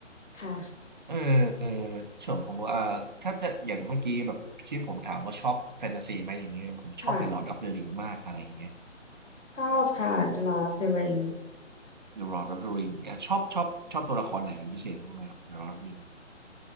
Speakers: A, on the left; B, on the right.
A: ค่ะ
B: เออเออส่วนผมว่าถ้าจะอย่างเมื่อกี้แบบที่ผมถามว่าชอบแฟนตาซีไหมอย่างเงี้ยผมชอบ
A: ค่ะ
B: The Lord of the Ring มากอะไรอย่างเงี้ย
A: ชอบค่ะ The Lord of the Ring
B: The Lord of the Ring อ่ะชอบชอบชอบตัวละครไหนเป็นพิเศษบ้างไหมครับ The Lord of the Ring